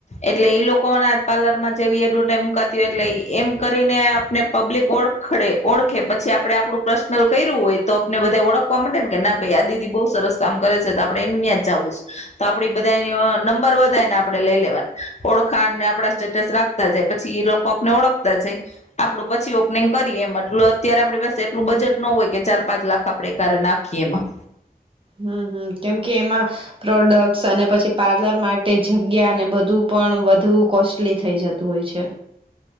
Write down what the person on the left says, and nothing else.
એટલે એઈ લોકોના પાર્લર માં જેવી એડવટાઈ મુકાતી હો એટલે એમ કરીને આપને પબ્લિક ઓળખડે ઓળખે પછી આપડે આપડું પર્સનલ કર્યું હોય તો આપને બધા ઓળખવા માટે ને કે ના ભાઈ આ દીદી બહુ સરસ કામ કરે છે તો આપડણે એહીં જવું છે, તો આપડી બધા નંબર વધાય ને આપડણે લઈ લેવાનું, ઓળખાને આપડા સ્ટેટસ રાખતા જાય, પછી એ લોકો આપને ઓળખતા જાય આપડું પછી ઓપનિંગ કરીએ એમ એટલ અત્યારે આપણી પાસે એટલું બજેટ ન હોય ચાર- પાંચ લાખ આપડણે કારે નાખીએ એમાં.